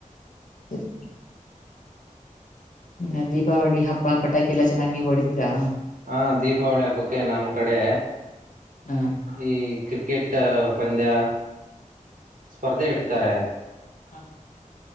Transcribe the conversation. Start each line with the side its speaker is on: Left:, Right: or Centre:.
Left: ರಿ. <unintelligible> ಹ ದೀಪಾವಳಿ ಹಬ್ಬ ಪಟಾಕಿ ಎಲ್ಲಾ ಚೆನ್ನಾಗಿ್ ನೀವ್ ಹೊಡಿತೀರಾ.
Right: ಹ ದೀಪಾವಳಿಯ ಬಗ್ಗೆ ನಮ್ಮ ಕಡೆ
Left: ಹಾ
Right: ಈ ಕ್ರ ಕ್ರಿಕೆಟ್ ಪಂದ್ಯ ಸ್ಪರ್ಧೆ ಇಡ್ತಾರೆ.
Left: ಹಾ. <unintelligible>